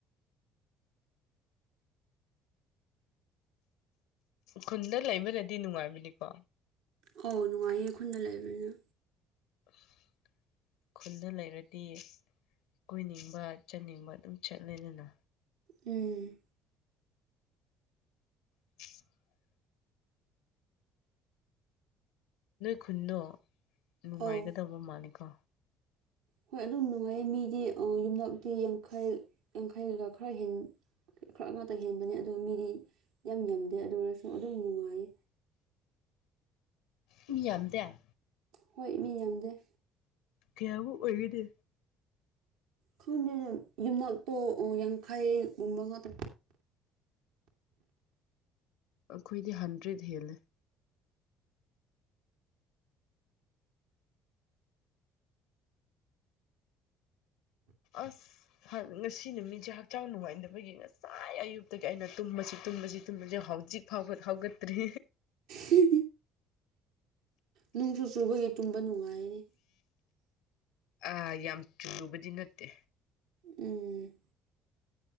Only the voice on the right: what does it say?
ꯑꯧ ꯅꯨꯡꯉꯥꯏꯌꯦ ꯈꯨꯟꯗ ꯂꯩꯕꯅꯤꯅ
ꯎꯝ
ꯑꯧ
ꯍꯣꯏ ꯑꯗꯨꯝ ꯅꯨꯡꯉꯥꯏꯌꯦ ꯃꯤꯗꯤ ꯌꯨꯝꯂꯛꯇꯤ ꯌꯥꯡꯈꯩ ꯌꯥꯡꯈꯩꯒ ꯈꯔ ꯍꯦꯟ ꯈꯔ ꯉꯥꯛꯇ ꯍꯦꯟꯕꯅꯤ ꯑꯗꯨ ꯃꯤꯗꯤ ꯌꯥꯝ ꯌꯥꯝꯗꯦ ꯑꯗꯨ ꯑꯣꯏꯔꯁꯨ ꯑꯗꯨꯝ ꯅꯨꯡꯉꯥꯏ
ꯍꯣꯏ ꯃꯤ ꯌꯥꯝꯗꯦ
ꯈꯪꯗꯦꯅ ꯌꯨꯝꯅꯥꯛꯇꯣ ꯌꯥꯡꯈꯩꯒꯨꯝꯕ ꯉꯥꯛꯇ
ꯎ <unintelligible> ꯅꯣꯡꯁꯨ ꯆꯨꯕꯒꯤ ꯇꯨꯝꯕ ꯅꯨꯡꯉꯥꯏꯅꯦ
ꯎꯝ